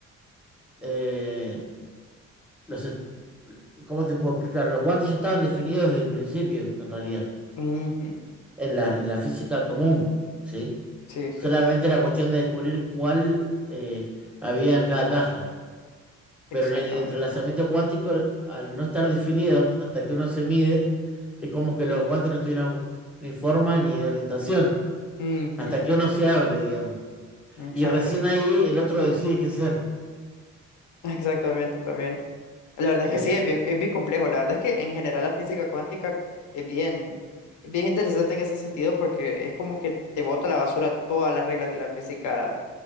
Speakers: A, in the centre; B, on the left (about 75°).
A: eh, los, est- ¿cómo te puedo explicar? Los guantes ya estaban definidos desde el principio, en realidad,
B: ujú.
A: en la, en la física común, ¿sí?
B: Sí, sí,
A: Solamente
B: sí,
A: era cuestión de descubrir cuál eh, había en cada caja.
B: exactamente.
A: Pero en el entrelazamiento cuántico, al no estar definido, hasta que uno se mide, Es como que los guantes no tuvieron ni forma ni orientación,
B: ujú,
A: hasta que uno se abre, digamos.
B: Exacto,
A: Y recién ahí el otro decide qué ser.
B: <laughs> exactamente también. La verdad es
A: Eh,
B: que sí, es bien, es bien complejo. La verdad es que en general la física cuántica es bien, es bien interesante en ese sentido porque es como que te bota a la basura todas las reglas de la física